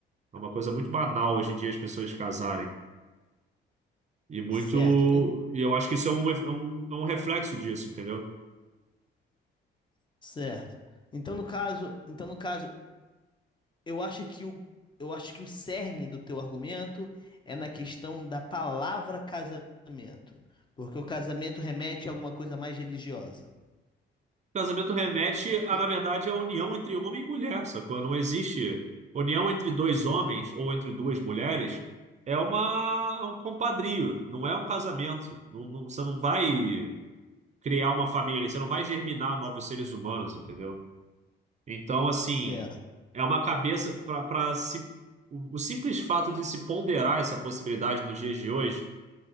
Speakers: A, on the right (about 35°); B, on the left (about 25°).
A: É uma coisa muito banal hoje em dia as pessoas casarem. E muito.
B: Certo, en-
A: E eu acho que isso é um, é um, é um reflexo disso, entendeu?
B: certo. Então, no caso, então no caso, eu acho que o eu acho que o cerne do teu argumento é na questão da palavra casamento, porque o casamento remete a alguma coisa mais religiosa.
A: Casamento remete a,
B: Ca-
A: na verdade, a união entre homem e mulher, sacou? Não existe união entre dois homens ou entre duas mulheres. É uma, é um compadrio, não é um casamento. Não, não- você não vai criar uma família ali, você não vai germinar novos seres humanos, entendeu? Então, assim,
B: Certo,
A: é uma cabeça para se. O, o simples fato de se ponderar essa possibilidade nos dias de hoje,